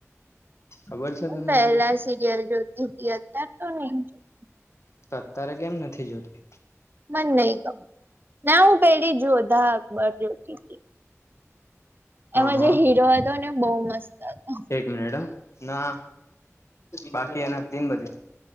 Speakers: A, on the left; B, on the right.
A: ખબર છે
B: હું
A: તને
B: પહેલા
A: એવું
B: સિરિયલ જોતીતી અતાર તો નહી જોત
A: તો અતારે કેમ નથી જોતી?
B: મને નહી ક ના હું પેલી જોધા અકબર જોતી
A: હા
B: એમાં
A: હા
B: જે હીરો હતો ને બહુ મસ્ત હતો.
A: મેડમ ના બાકી એના તીન બજે